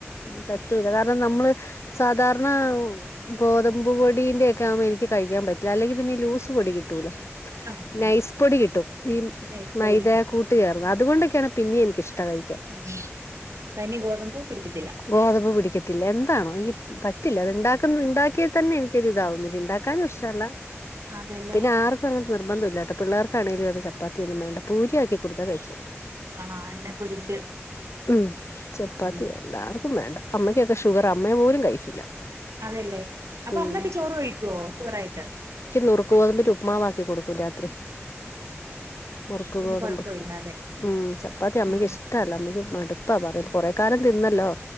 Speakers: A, on the left; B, on the right.
A: പറ്റൂല്ല കാരണം നമ്മള് സാധാരണ ഗോതമ്പ് പൊടിന്റെ ഒക്കെ ആവുമ്പോൾ എനിക്ക് കഴിക്കാൻ പറ്റില്ല അല്ലെങ്കിൽ പിന്നെ ലൂസ് പൊടി കിട്ടൂലേ
B: ആഹ് ആഹ്
A: നൈസ്‌ പൊടി കിട്ടും ഈ
B: നൈസ് പൊടി
A: മൈദ
B: കിട്ടും
A: കൂട്ട അതുണ്ടെക്കെയാണ് പിന്നെയും എനിക്ക് ഇഷ്ടം കഴിക്ക
B: ആ തനി ഗോതമ്പൂ പിടിക്കത്തില്ല
A: ഗോതമ്പ് പിടിക്കത്തില്ല എന്താണോ പറ്റില്ല അത്ണ്ടാക്കുന്ന ഉണ്ടാക്കിയാൽ തന്നെ എനിക്കൊരു ഇതാവുന്നില്ല ഉണ്ടാക്കാനും ഇഷ്ടല്ല
B: അതെല്ലേ
A: പിന്നെ ആർ അങ്ങനത്തെ നിർബന്ധ ഇില്ലാട്ടോ പിള്ളർകാണെങ്കിലും അത് ചപ്പാത്തി ഒന്നും വേണ്ട പൂരിയാക്കികൊടുത്താ കഴിചോളും
B: ആ എണ്ണേ പൊരിച്ച്
A: ഉം ചപ്പാത്തി
B: ഉം
A: വേണ്ട ആർക്കും വേണ്ട അമ്മകൊക്കെഷുഗറാ അമ്മ പോലും കഴിക്കില്ല
B: അതെല്ലേ അപ്പൊ
A: ഉം
B: അമ്മക്കെ ചോറ് കഴിക്കൂ ഷുഗർ ആയിട്ട്
A: നുറുക്ക ഗോതമ്പിന്റെ ഉപ്പ്മാവാക്കി കൊടുക്ക് രാത്രി മുറുക്ക്
B: പിന്നെ
A: ഗോതമ്പ്
B: കൊഴപ്പമില്ല അതെ
A: ഉം ചപ്പാത്തി അമ്മക്ക്
B: ആഹ്
A: ഇഷ ഇഷ്ടല്ല അമ്മക്ക് മടുപ്പാ പറയും കുറേ കാലം തിന്നല്ലോ